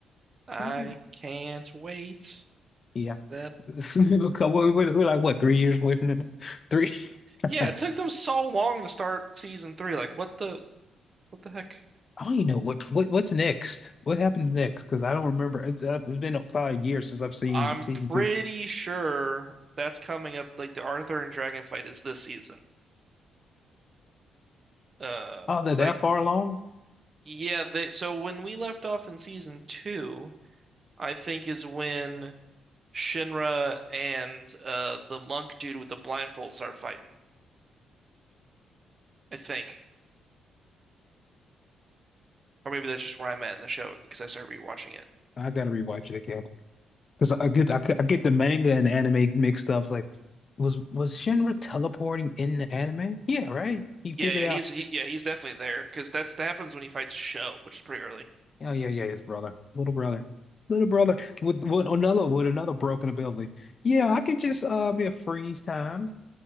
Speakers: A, on the right; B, on the left.
A: I
B: So good.
A: can't wait.
B: Yeah.
A: That
B: <laughs> We're, we're we're like what, three years away from it now? Three. <laughs>
A: yeah, it took them so long to start season three. Like what the what the heck?
B: I don't even know what what what's next. What happens next? Because I don't remember. It's, uh, it's been about a year since I've seen
A: I'm
B: season
A: pretty
B: two.
A: sure that's coming up. Like the Arthur and Dragon fight is this season. Uh,
B: Oh, they're
A: but
B: that
A: I
B: far along?
A: Yeah, they, so when we left off in season two, I think is when Shinra and uh the monk dude with the blindfold start fighting. I think, or maybe that's just where I'm at in the show because I started rewatching it.
B: I gotta rewatch it again because I get I, get- I get the manga and anime mixed up. It's like, was was Shinra teleporting in the anime? Yeah, right. He figured
A: Yeah, yeah,
B: out.
A: he's he, yeah, he's definitely there because that's that happens when he fights Show, which is pretty early.
B: Oh yeah, yeah, his brother, little brother, little brother with, with another with another broken ability. Yeah, I can just uh be a freeze time.